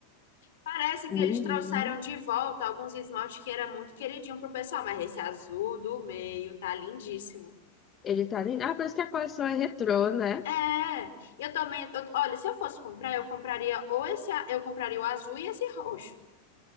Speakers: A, on the left (about 75°); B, on the left (about 25°).
A: Parece que eles
B: Menino.
A: trouxeram de volta alguns esmaltes que era muito queridinho pro pessoal, mas esse azul do meio tá lindíssimo.
B: Ele tá... nem- Ah, parece que a coleção é retrô, né?
A: É, eu também. eu- olha, se eu fosse comprar, eu compraria ou esse, a- eu compraria o azul e esse roxo.